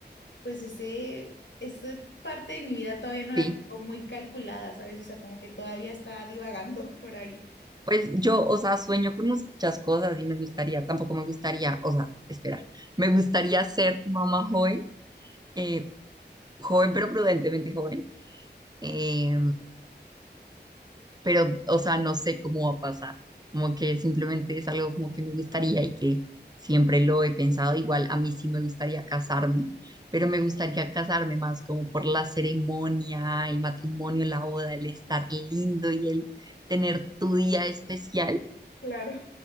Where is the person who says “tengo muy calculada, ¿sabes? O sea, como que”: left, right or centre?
Left